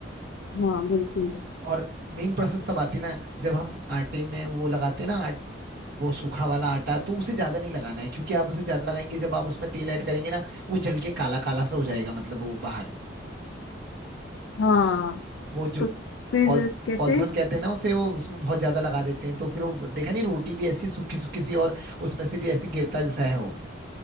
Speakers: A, on the left (about 80°); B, on the right (about 55°).
A: हाँ बिल्कुल
B: और मेन प्रोसेस तब आती है ना जब हम आटे में वो लगाते हैं ना आट, वो सूखा वाला आटा तो उसे ज्यादा नहीं लगाना है क्योंकि आप उसे ज्यादा लगाएंगे जब आप उसमें तेल ऐड करेंगे ना वो जल के काला काला सा हो जाएगा मतलब वो बाहर
A: हाँ
B: वो जो
A: तो फिर
B: पॉल
A: कैसे
B: पॉलिथीन कहते हैं ना उसे वो उसमें बहुत ज्यादा लगा देते हैं तो फिर वो देखा नहीं रोटी भी ऐसी सूखी सूखी सी और उसमें से भी ऐसी गिरता जैसा है वो